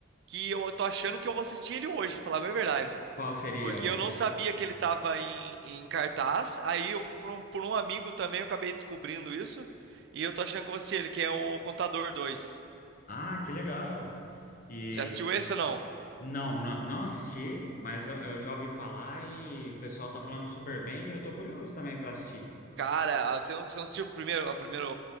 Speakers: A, on the right; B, on the left.
A: que eu tô achando que eu vou assistir ele hoje, falar bem a verdade.
B: Qual seria
A: Porque eu
B: o.
A: não sabia que ele tava em, em cartaz. Aí, eu- por um, por um amigo também, eu acabei descobrindo isso. E eu tô achando que eu vou assistir ele, que é o Contador dois.
B: Ah, que legal. E.
A: Você assistiu esse ou não?
B: Não, não, não assisti, mas eu, eu já ouvi falar e o pessoal tá falando super bem e eu tô curioso também para assistir.
A: Cara, você não, você não assistiu o primeiro, o primeiro,